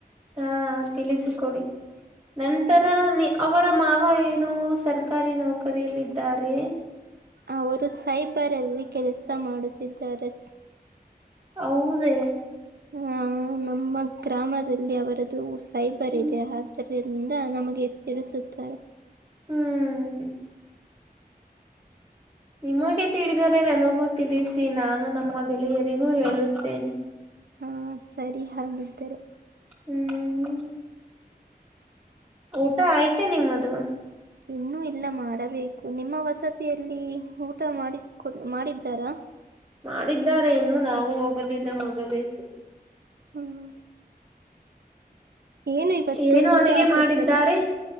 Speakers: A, on the right; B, on the right.
A: ಹಾ ತಿಳಿಸಿಕೊಡಿ ನಂತರ
B: ಹ್ಮ್
A: ನಿ ಅವು ಅವರ ಮಾವ ಏನು ಸರ್ಕಾರಿ ನೌಕರಿಯಲ್ಲಿದ್ದಾರೆ.
B: ಅವರು ಸೈಬರಲ್ಲಿ ಕೆಲಸ ಮಾಡುತ್ತಿದ್ದಾರೆಸ.
A: ಹೌದೇ
B: ಆ ನಮ್ಮ ಗ್ರಾಮದಲ್ಲಿ ಅವರದ್ದು ಸೈಬರ್
A: ಹ್ಮ್
B: ಇದೆ ಆದ್ದರಿನಿಂದ ನಮಗೆ ತಿಳಿಸುತ್ತಾರೆ.
A: ಹ್ಮ್ ನಿಮಗೆ ತಿಳಿದರೆ ನನಗೂ ತಿಳಿಸಿ ನಾನು ನಮ್ಮ ಗೆಳೆಯರಿಗೂ ಹೇಳುತ್ತೇನೆ.
B: ಹಾ ಸರಿ ಹಾಗಿದ್ದರೆ
A: ಹ್ಮ್ ಮ್ ಊಟ ಆಯ್ತ ನಿಮ್ಮದು.
B: ಇನ್ನೂ ಇಲ್ಲ ಮಾಡಬೇಕು ನಿಮ್ಮ ವಸತಿಯಲ್ಲಿ ಊಟ ಮಾಡಿ ಕೊ ಮಾಡಿದ್ದಾರಾ.
A: ಮಾಡಿದ್ದಾರೆ ಇನ್ನು ನಾವು ಹೋಗಲಿಲ್ಲ ಹೋಗಬೇಕು.
B: ಹ್ಮ ಏನು ಇವತ್ತು
A: ಏನು
B: ಊಟ
A: ಅಡುಗೆ
B: ಹಾಕುತ್ತಾರೆ
A: ಮಾಡಿದ್ದಾರೆ?